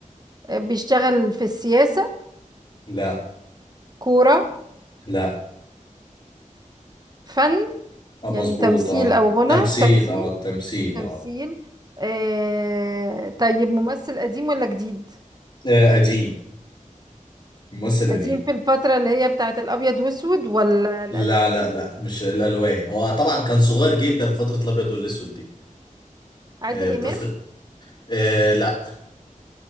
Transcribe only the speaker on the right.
آه بيشتغل في السياسة
كورة
فن
يعني تمثيل
او غنى
تمثيل
تمثيل
آه طيب ممثل قديم ولا جديد
قديم
في الفترة اللي هي بتاعت الابيض واسود ولا الالوان
عادل
إمام